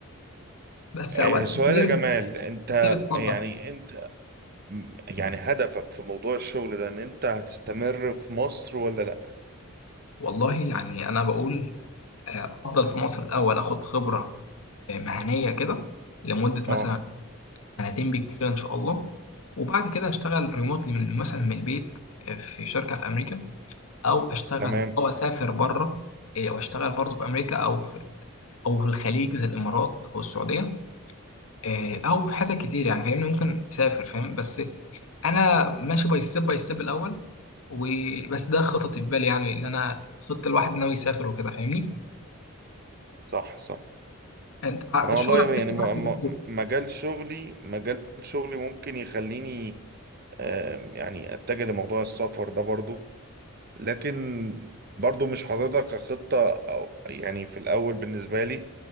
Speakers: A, on the left; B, on the right.
A: بس
B: آه،
A: اوقات
B: سؤال
A: كتير
B: يا جمال انت
A: كتير اتفضل
B: يعني انت م- يعني هدفك في موضوع الشغل ده ان انت هتستمر في مصر ولا لا
A: والله يعني انا بقول آه، افضل في مصر الاول اخد خبره آه، مهنيه كده لمده
B: اه
A: مثلا سنتين بالكتير ان شاء الله وبعد كده اشتغل ريموتلي من مثلا من البيت آه، في شركه في امريكا او اشتغل
B: تمام
A: او اسافر بره إيه، واشتغل برضه في امريكا او في او في الخليج زي الامارات او السعوديه إيه،
B: مم.
A: او في حتت كتير يعني فاهمني ممكن اسافر فاهم بس انا ماشي باي ستيب باي ستيب الاول وبس ده خططي في بالي يعني اللي انا خطه الواحد ناوي يسافر وكده فاهمني
B: صح صح
A: انت ع-
B: انا
A: الشغل
B: والله
A: عندك
B: يعني
A: معاك
B: م-
A: برضه-
B: م- مجال شغلي مجال شغلي ممكن يخليني آه، يعني اتجه لموضوع السفر ده برضو لكن برضو مش حاططها كخطة أو يعني في الأول بالنسبة لي